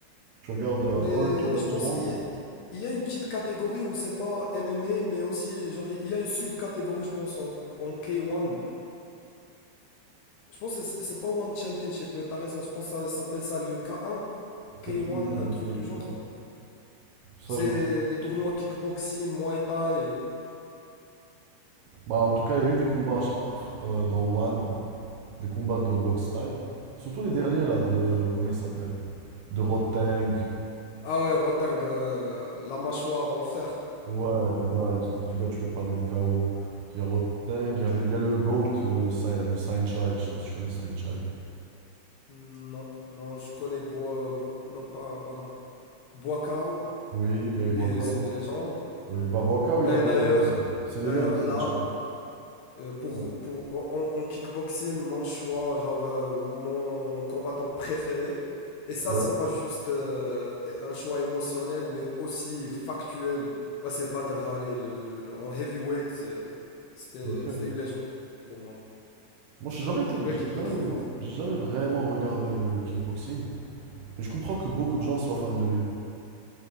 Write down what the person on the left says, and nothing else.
Mais
je pense
il y a, il y a une petite catégorie où c'est pas MMA, mais aussi, genre, il y a une sub-catégorie, je pense, en, en K1. Je pense que c'est c'est pas One Championship, ouais, t'as raison. Je pense que ça s'appelle ça le K1. K1,
un
un
truc
du
genre.
C'est
les tournois kickboxing, muay thai.
Ah ouais, Roteng, euh, la mâchoire en fer.
Non, non, je connais Bois. Bo- non, pas, pardon. Bois Kao.
Lui,
c'est une légende.
Et
d'ailleurs,
d'ailleurs,
là, euh, pour,
pour, en, en kickboxing, mon choix, genre euh, mon combattant préféré. Et ça,
c'est pas juste euh, un choix émotionnel, mais aussi factuel. Bah, c'est Badr Hari, le- le- le- en heavyweight, c'est- c'était,
c'était une légende pour moi.
Le mec,
il était
trop fort.